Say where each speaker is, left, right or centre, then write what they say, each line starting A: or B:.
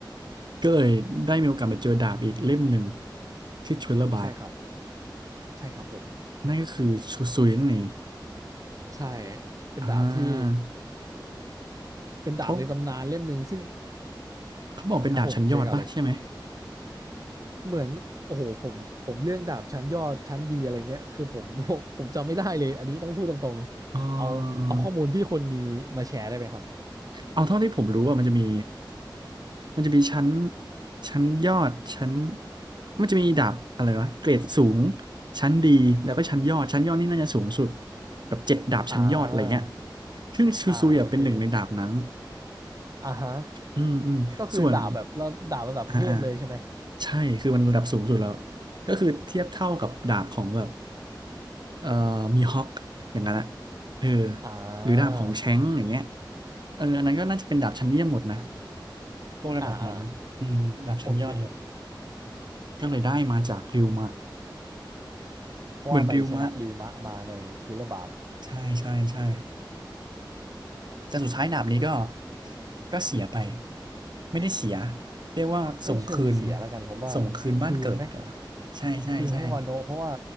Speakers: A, on the right; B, on the right.
A: ก็เลยได้มีโอกาสไปเจอดาบอีกเล่มหนึ่งที่ทริลเลอร์บาร์
B: ใช่ครับใช่ครับผม
A: นั่นก็คือชูซุยนั่นเอง
B: ใช่เป็นดาบที่
A: อ่า
B: เป็นดาบในตำนานเล่มหนึ่งซึ่ง
A: เขาเขาบอกเป็นดาบชั้นยอดป่ะใช่ไหม
B: ครับผมเจอกันเลยเหมือนโอ้โหผมผมเรื่องดาบชั้นยอดชั้นดีอะไรเงี้ยคือผม <laughs> ผมผมจำไม่ได้เลยอันนี้ต้องพูดตรงๆเอาเอาข้อมูลที่คนมีมาแชร์ได้ไหมครับ
A: เออเอาเท่าที่ผมรู้ว่ามันจะมีมันจะมีชั้นชั้นยอดชั้นมันจะมีดาบอะไรวะเกรดสูงชั้นดีแล้วก็ชั้นยอดชั้นยอดนี่น่าจะสูงสุดแบบเจ็ดดาบชั้นยอดอะไรเงี้ย
B: อ่า
A: ซึ่งชูซุยอะเป็นหนึ่งในดาบนั้น
B: อ่าโอเคอ่าฮะ
A: อืมอืมส่วน
B: ก็คือดาบแบบระดาบระดับเทพเลยใช่ไหม
A: อ่าอ่า ใช่คือมันระดับสูงสุดแล้วก็คือเทียบเท่ากับดาบของแบบเอ่อมีฮอกอย่างนั้นอะเออ
B: อ่า
A: หรือดาบของแชงก์อย่างเงี้ยเอออันนั้นก็น่าจะเป็นดาบชั้นเยี่ยมหมดนะพวกระดับนั้น
B: อ่าอ่า
A: อืมดาบชั้นยอดหมด
B: โอเค
A: ก็เลยได้มาจากริวมะ
B: เพราะว่าไปชนะริวมะมาในทีละบาท
A: เหมือนริวมะใช่ใช่ใช่แต่สุดท้ายดาบนี้ก็ ก็เสียไป ไม่ได้เสีย เรียกว่าส่งคืน
B: ไม่เชิงเสียแล้วกันผมว่าคืนไหม
A: ส่งคืนบ้านเกิดเดี๋ยวนะใช่ ใช่ใช่
B: คืนให้วาโนะเพราะว่า